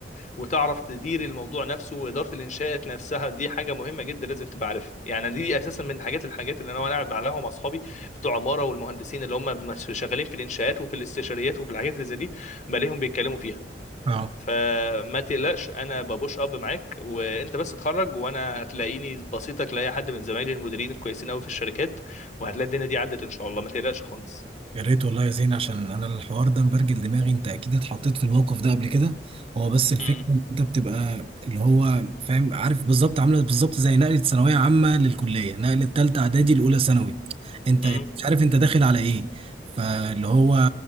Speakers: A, on the left (about 45°); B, on the right (about 30°).
A: وتعرف تدير الموضوع نفسه واداره الانشاءات نفسها دي حاجه مهمه جدا لازم تبقى عارفها يعني دي اساسا من حاجات الحاجات اللي انا وانا قاعد عليها مع اصحابي بتوع عماره والمهندسين اللي هم مس- شغالين في الانشاءات وفي الاستشاريات وفي الحاجات اللي زي دي بلاقيهم بيتكلموا فيها
B: أه
A: فما تقلقش انا ببوش اب معاك وانت بس اتخرج وانا هتلاقيني بسيطك لاي حد من زمايلي المديرين الكويسين قوي في الشركات وهتلاقي الدنيا دي عدت ان شاء الله ما تقلقش خالص
B: يا ريت والله يا زين عشان انا الحوار ده مبرجل دماغي انت اكيد اتحطيت في الموقف ده قبل كده هو بس الفكره
A: امم
B: ان انت بتبقى اللي هو فاهم عارف بالظبط عامله بالظبط زي نقله ثانويه عامه للكليه نقله ثالثه اعدادي لاولى ثانوي انت
A: امم
B: أنت مش عارف انت داخل على ايه فاللي هو